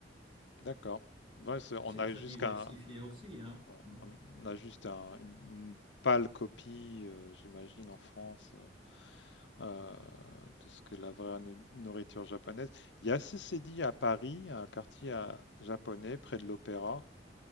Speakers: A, on the left; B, on the right.
A: D'accord. Ouais, c'est-
B: c'est
A: on a
B: très
A: jusqu'à
B: diversifié aussi, hein.
A: Ouais,
B: Mm.
A: on a juste un- une, une pâle copie, euh, j'imagine, en France, euh, de ce que la vraie nu- nourriture japonaise. Il y a ceci dit à Paris, un quartier à- japonais près de l'Opéra,